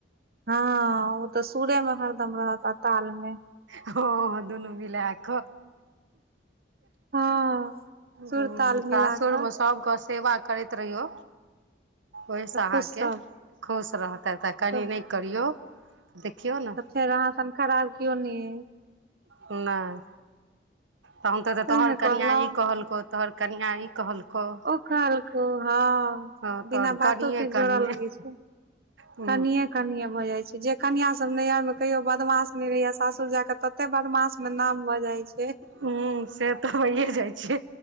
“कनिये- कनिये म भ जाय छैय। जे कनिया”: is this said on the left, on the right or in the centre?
Right